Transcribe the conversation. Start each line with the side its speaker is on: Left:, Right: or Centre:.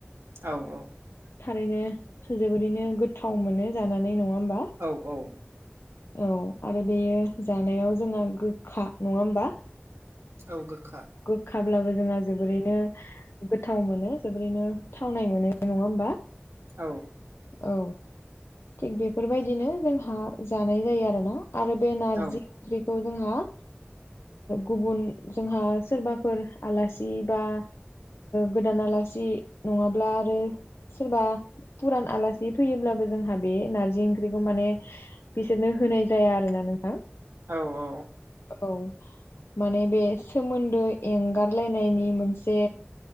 Right: औ
Left: थारैनो जोबोरैनो गोथाव मोनो जानानै नङा होमबा?
Right: औ औ।
Left: औ आरो बेयो जानायाव जोंहा गोखा नङा होमबा?
Right: औ गोखा।
Left: गोखाब्लाबो जोंहा जोबोरैनो गोथाव मोनो। जोबोरैनो थावनाय मोनो नङा होमबा?
Right: औ।
Left: औ थिग बेफोरबायदिनो जोंहा जानाय जायो आरोना। आरो बे नारजि
Right: औ
Left: ओंख्रिखौ जोंहा। गुबुन जोंहा सोरबाफोर आलासि बा गोदान आलासि नङाब्ला आरो सोरबा फुरान आलासि फैयोब्लाबो जोंहा बे नारजि ओंख्रिखौ माने बिसोरनो होनाय जाया आरो ना नोंथां।
Right: औ औ।
Left: औ। माने बे सोमोन्दो एंगारलायनायनि मोनसे